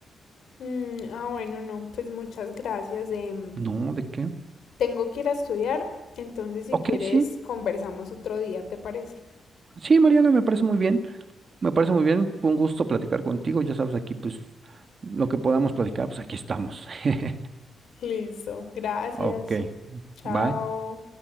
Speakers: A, on the left; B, on the right.
A: Mm, ah, bueno, no, pues muchas gracias. em,
B: No, ¿de qué?
A: tengo que ir a estudiar, entonces si
B: Ok,
A: quieres
B: sí.
A: conversamos otro día, ¿te parece?
B: Sí, Mariana, me parece muy bien. Me parece muy bien. Fue un gusto platicar contigo. Ya sabes, aquí, pues, lo que podamos platicar, pues aquí estamos. <laughs>
A: Listo, gracias.
B: Ok.
A: Chao.
B: Bye.